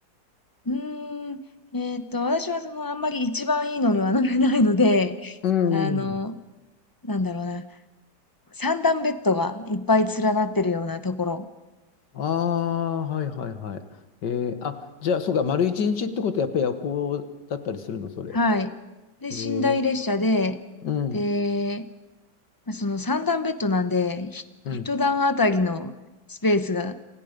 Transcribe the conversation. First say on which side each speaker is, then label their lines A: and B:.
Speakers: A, on the left; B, on the left.
A: うーん、えーっと、私はその、あんまり一番いいのには乗れないので、
B: うん。
A: あの、なんだろうな、三段ベッドがいっぱい連なってるようなところ。
B: ああ、はいはいはい。えー、あ、じゃあ、そうか、丸一日ってことはやっぱり夜行だったりするの、それ。
A: はい。で、
B: えー、
A: 寝台列車で、
B: うん、
A: で、まあその三段ベッドなんで、ひ一段あたりのスペースが
B: うん。